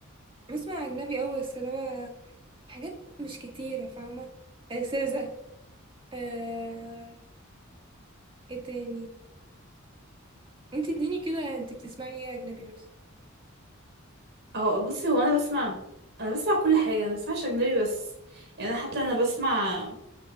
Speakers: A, on the right; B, on the right.
A: بسمع اجنبي قوي بس اللي هو حاجات مش كتيره فاهمه سيزا آه... ايه تاني انت اديني كده انت بتسمعي ايه اجنبي مثلا
B: اهو بصي هو أنا بسمع أنا بسمع كل حاجة أنا بسمعش أجنبي بس يعني أنا حتى أنا بسمع